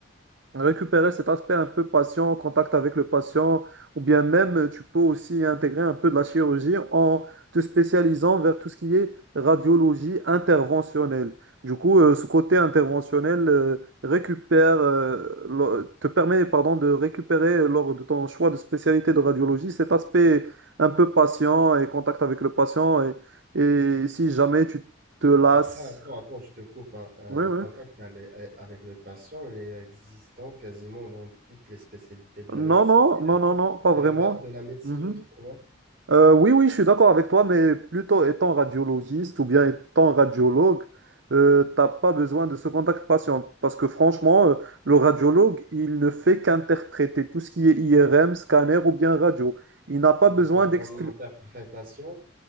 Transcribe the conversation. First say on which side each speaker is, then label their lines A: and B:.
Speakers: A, on the right (about 65°); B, on the right (about 45°).
A: récupérer cet aspect un peu patient, contact avec le patient, ou bien même euh, tu peux aussi intégrer un peu de la chirurgie en te spécialisant vers tout ce qui est radiologie interventionnelle. Du coup, euh, ce côté interventionnel euh, récupère, euh, lo- te permet, pardon, de récupérer lors de ton choix de spécialité de radiologie cet aspect un peu patient et contact avec le patient et, et si jamais tu te lasses.
B: Après, attends, attends, je te coupe. hein. Euh,
A: Oui,
B: Le
A: oui.
B: contact elle est- avec le patient, il est existant quasiment dans toutes les spécialités de la
A: Non,
B: médecine.
A: non, non, non, non, pas
B: C'est
A: vraiment.
B: la base de la médecine,
A: Mhm.
B: je trouve. hein.
A: Euh, oui, oui, je suis d'accord avec toi, mais plutôt étant radiologiste ou bien étant radiologue, euh, t'as pas besoin de ce contact patient parce que franchement, euh, le radiologue, il ne fait qu'interpréter tout ce qui est IRM, scanner ou bien radio. Il n'a pas
B: Dans
A: besoin
B: ton
A: d'expliquer.
B: interprétation.